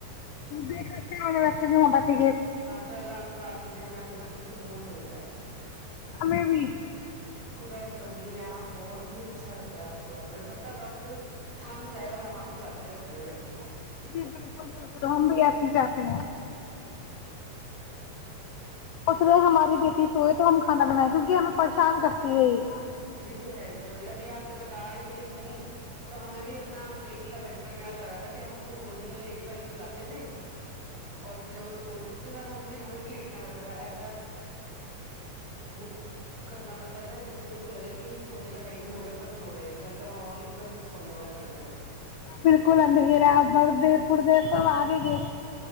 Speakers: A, on the left (about 75°); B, on the right (about 40°).
A: دیکھ ر ویسے بھی ہو ٹھیک ہے
B: ا شاء اللہ آپ سے بات کر کے ہمیں اندر تک سکون ملتا ہے
A: ہمیں بھی
B: خدا کی بنند ہے بہت ہی اچھا لگتا ہے آپ سے بات کریں سرتا وقت تھم جائے اور ہم آپ سے باتیں کرتے رہے بیٹھ کے
A: جی بالکل بالکل ہم بھی ای ہی چاہتے ہیں اس نےے ہماری بیٹی سوئے تو ہم کھانا بنائے کیونکہ ہمیں پریشان کرتی ہے ہی
B: یہ تو ہے ج اب ابھیپب بتا رہی تھی اپنی تو ہمیں بھی اپنا بیٹی کا بچپن یاد آ رہا تھا کہ ہم اس کو گودی میں لے کے پہلے سلاتے تھے اور پھر جب سوچ اس کے ساتھ ہمیں بھی ہمیں بھی لیٹنا پڑتا تھا ایسا وہ کرنا پڑتا تھا جس سے اس کو لگا کہ بھائی سونے کا ٹائم ہو گیا سب سو رہے گ کا ماحول ہی پورا سونے والا کر دینا پڑتا
A: بالکل اندھیرا برد پڑتے نا آگ گ